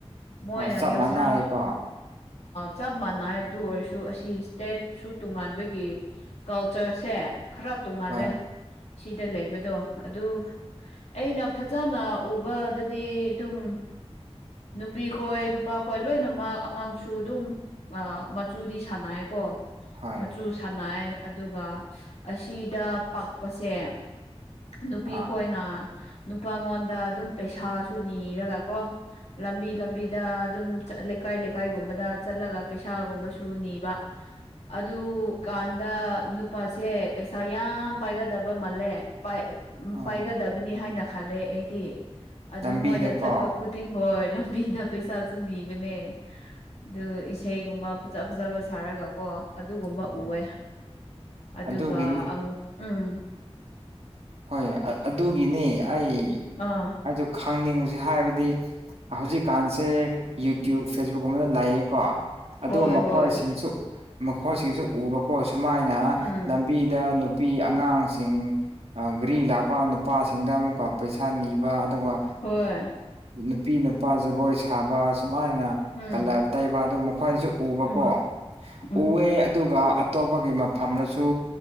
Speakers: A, on the left; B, on the right.
A: ꯃꯣꯏꯅ
B: ꯑꯣ ꯆꯞ
A: ꯌꯥꯎꯁꯪ
B: ꯃꯥꯟꯅꯩꯀꯣ
A: ꯆꯞ ꯃꯥꯟꯅꯩ ꯑꯗꯨ ꯑꯣꯏꯔꯁꯨ ꯑꯁꯤ ꯏꯁꯇꯦꯠꯁꯨ ꯇꯣꯉꯥꯟꯕꯒꯤ ꯀꯜꯆꯔꯁꯦ ꯈꯔ ꯇꯣꯡꯉꯥꯜꯂꯦ
B: ꯍꯣꯏ
A: ꯁꯤꯗ ꯂꯩꯕꯗꯣ ꯑꯗꯨ ꯑꯩꯅ ꯐꯖꯅ ꯎꯕꯗꯗꯤ ꯑꯗꯨꯝ ꯅꯨꯄꯤ ꯈꯣꯏ ꯅꯨꯄꯥ ꯈꯣꯏ ꯂꯣꯏꯅꯃꯛ ꯑꯉꯥꯡꯁꯨ ꯑꯗꯨꯝ ꯃꯆꯨꯗꯤ ꯁꯥꯟꯅꯩꯀꯣ
B: ꯍꯣꯏ
A: ꯃꯆꯨ ꯁꯥꯟꯅꯩ ꯑꯗꯨꯒ ꯑꯁꯤꯗ ꯄꯥꯛꯄꯁꯦ ꯅꯨꯄꯤ
B: ꯑꯥ
A: ꯈꯣꯏꯅ ꯅꯨꯄꯥꯉꯣꯟꯗ ꯑꯗꯨꯝ ꯄꯩꯁꯥꯁꯨ ꯅꯤꯔꯒ ꯀꯣ ꯂꯝꯕꯤ ꯂꯝꯕꯤꯤꯗ ꯑꯗꯨꯝ ꯂꯩꯀꯥꯏ ꯂꯩꯀꯥꯏꯒꯨꯝꯕꯗ ꯆꯠꯂꯒ ꯄꯩꯁꯥꯒꯨꯝꯕꯁꯨ ꯅꯤꯕ ꯑ ꯑꯗꯨ ꯀ ꯗ ꯅꯨꯄꯥꯁꯦ ꯄꯩꯁꯥ ꯌꯥꯝ ꯄꯥꯏꯒꯗꯕ ꯃꯥꯜꯂꯦ ꯎꯝ
B: ꯑꯣ
A: ꯄꯥꯏꯒꯗꯕꯅꯤ ꯍꯥꯏꯅ ꯈꯂꯦ ꯑꯩꯗꯤ ꯑꯗꯨ
B: ꯂꯝꯕꯤꯗꯀꯣ
A: ꯃꯣꯏꯅ ꯆꯠꯄ ꯍ ꯂꯕꯤꯗ ꯄꯩꯁꯥꯁꯨꯅꯤꯕꯅꯦ ꯑꯗꯨ ꯏꯁꯩꯒꯨꯝꯕ ꯐꯖ ꯐꯖꯕ ꯁꯥꯔꯒ ꯀꯣ ꯑꯗꯨꯒꯨꯝꯕ
B: ꯍꯣꯏ
A: ꯎꯑꯦ ꯑꯗꯨꯒ
B: ꯑꯗꯨꯒꯤꯅꯤ
A: ꯎꯝ
B: ꯍꯣꯏ ꯑꯗꯨꯒꯤꯅꯤ ꯑꯩ
A: ꯑꯥ
B: ꯑꯩꯁꯨ ꯈꯪꯅꯤꯡꯉꯁꯦ ꯍꯥꯏꯕꯗꯤ ꯍꯥꯏꯗꯤ ꯍꯧꯖꯤꯛꯀꯥꯟꯁꯦ ꯌꯨꯇ꯭ꯌꯨꯕ ꯐꯦꯁꯕꯨꯛ ꯑꯃꯗ ꯂꯥꯛꯌꯦꯀꯣ ꯑꯗꯨ
A: ꯍꯣꯏ
B: ꯃꯈꯣꯏꯁꯤꯡꯁꯨ
A: ꯍꯣꯏ
B: ꯃꯈꯣꯏꯁꯤꯡꯁꯨ ꯎꯕꯀꯣ ꯁꯨꯃꯥꯏꯅ
A: ꯎꯝ
B: ꯂꯝꯕꯤꯗ ꯅꯨꯄꯤ ꯑꯉꯥꯡꯁꯤꯡ ꯘꯔꯤ ꯂꯥꯛꯄ ꯅꯨꯄꯥꯁꯤꯡꯗ ꯑꯃꯨꯛꯀ ꯄꯩꯁꯥ ꯅꯤꯕ ꯑꯗꯨꯒ
A: ꯍꯣꯏ
B: ꯅꯨꯄꯤ ꯅꯨꯄꯥ ꯖꯒꯣꯏ ꯁꯥꯕ ꯁꯨꯃꯥꯏꯅ
A: ꯎꯝ
B: ꯀꯂꯔ ꯇꯩꯕ ꯑꯗꯨ ꯃꯈꯣꯏꯁꯨ ꯎꯕꯀꯣ
A: ꯎꯝ ꯎꯝ
B: ꯎꯑꯦ ꯑꯗꯨꯒ ꯇꯧꯕꯒꯤ ꯃꯐꯝꯗꯁꯨ